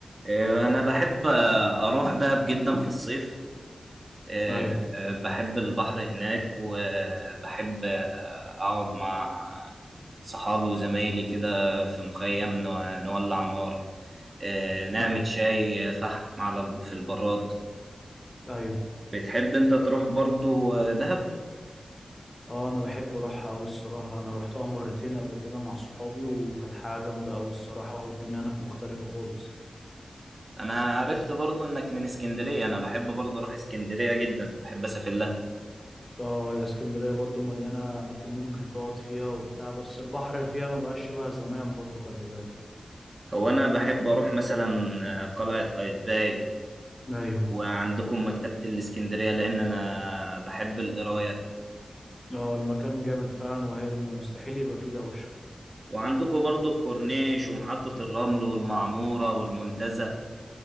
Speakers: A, on the right (about 45°); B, on the left (about 25°).
A: آه، أنا بحب آه، أروح دهب جدا في الصيف أه،
B: ايوه
A: أه، بحب البحر هناك وبحب آه، أقعد مع صحابي وزمايلي كده في مخيم نو- نولع نار أه، نعمل
B: ايوه
A: شاي آه، فحم على ال- في البراد
B: ايوه
A: بتحب أنت تروح برضو آه، دهب؟
B: اه انا بحب اروحها اوي الصراحه انا روحتها مرتين قبل كده مع صحابي وكانت حاجه جامده اوي الصراحه والدنيا هناك مختلفه خالص
A: أنا عرفت برضو إنك من اسكندرية أنا بحب برضو أروح اسكندرية جدا بحب أسافر لها
B: اه هي اسكندريه برضو مليانه اماكن ممكن تقعد فيها وبتاع بس البحر فيها ما بقاش شبه زمان برضو خلي بالك
A: هو أنا بحب أروح مثلا آه، قلعة قايتباي
B: ايوه
A: وعندكم مكتبة الإسكندرية لأن أنا بحب القراية
B: اه المكان جامد فعلا وهادي ما مستحيل يبقى فيه دوشه
A: وعندكم برضو الكورنيش ومحطة الرمل والمعمورة والمنتزه